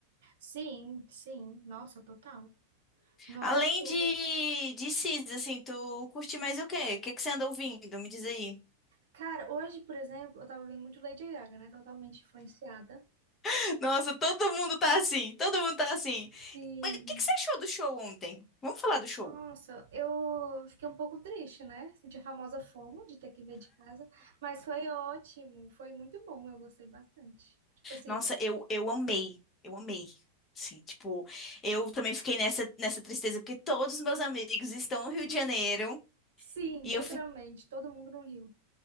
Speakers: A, on the right (about 55°); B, on the left (about 25°).
A: Sim, sim, nossa, total. Não
B: Além
A: é à toa.
B: de, de Cis, assim, tu curte mais o quê? O que que você anda ouvindo? Me diz aí.
A: Cara, hoje, por exemplo, eu tava vendo muito Lady Gaga, né? Totalmente influenciada.
B: <laughs> Nossa, todo mundo tá assim, todo mundo tá assim.
A: Sim.
B: Mas o que que você achou do show ontem? Vamos falar do show.
A: Nossa, eu fiquei um pouco triste, né? Senti a famosa FOMO de ter que ver de casa, mas foi ótimo, foi muito bom, eu gostei bastante. Tipo assim,
B: Nossa, eu, eu amei, eu amei. Sim, tipo, eu também fiquei nessa, nessa tristeza, porque todos os meus amigos estão
A: hum,
B: no Rio de Janeiro.
A: sim,
B: E eu
A: literalmente, todo mundo no Rio.